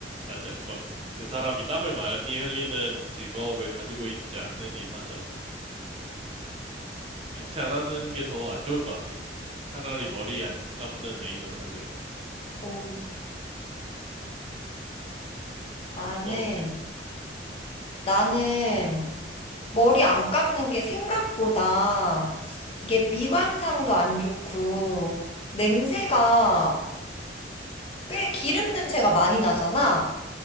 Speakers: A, on the right; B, on the left.
A: 나지 않, 막그 사람이 땀을 많이 흘리는 직업을 가지고 있지 않는 이상은 양치 안 하는 게 더 안 좋을 것 같아. 차라리 머리 안 감는 애인으로 할래.
B: 어, 나는
A: 넌 어때?
B: 나는 머리 안 감는 게 생각보다 이게 미관상도 안 좋고 냄새가 꽤 기름 냄새가 많이 나잖아.